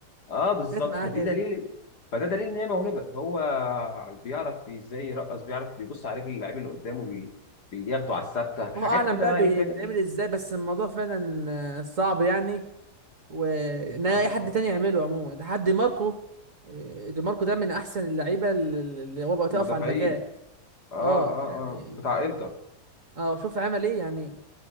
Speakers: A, on the left (about 80°); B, on the right (about 55°).
A: اه بالظبط
B: جت معاه
A: فدي
B: كده
A: دليل فده دليل ان هي موهبه هو بيعرف ازاي يرقص بيعرف بيبص على رجل اللعيب اللي قدامه بي... بياخده على الثابته
B: الله
A: حاجات
B: أعلم
A: كده
B: بقى
A: بقى
B: بتتعمل
A: ايه فاهم انت؟
B: إزاي بس الموضوع فعلا آه، صعب يعني وان
A: اه
B: اي
A: طبعا
B: حد تاني يعمله عموما ده حد ماركو آه، دي ماركو ده من احسن اللعيبه اللي اللي هو بقى تقف
A: المدافعين
B: على الباكات
A: اه
B: اه
A: اه
B: يعني
A: اه بتاع انتر
B: اه شوف عمل ايه يعني